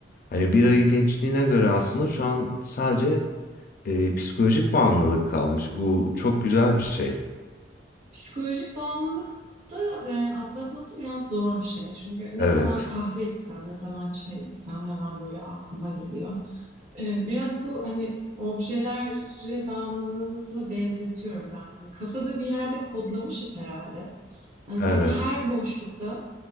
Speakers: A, on the left (about 50°); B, on the right (about 40°).
A: Hani bir ayı geçtiğine göre aslında şu an sadece e, psikolojik bağımlılık kalmış. Bu çok güzel bir şey.
B: Psikolojik bağımlılık da yani atlatması biraz zor bir şey. Çünkü ne
A: Evet,
B: zaman kahve içsem, ne zaman çay içsem hemen böyle aklıma geliyor. Ee, biraz bu hani objelere bağımlılığımızla benzetiyorum ben bunu. Kafada bir yerde kodlamışız herhalde. Yani
A: evet.
B: sanki her boşlukta